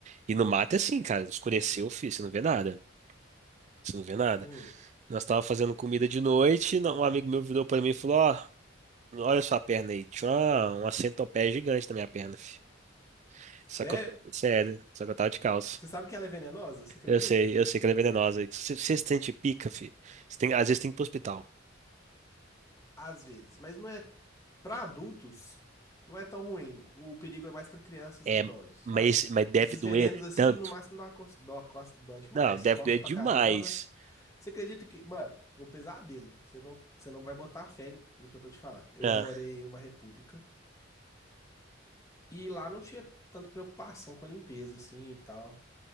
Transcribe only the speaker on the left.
Hum,
sério?
Você sabe que ela é venenosa? Você acredita?
às vezes, mas não é para adultos, não é tão ruim. O perigo é mais para crianças
e idosos, sabe?
Esses
venenos assim,
no máximo dá uma cos- dó, cos- dói demais,
coça
pra
caramba. Você acredita que, mano, vou pesadelo. Você não, você não vai botar fé no que eu tô te falando. Eu
já morei em uma república e lá não tinha tanta preocupação com a limpeza, assim, e tal.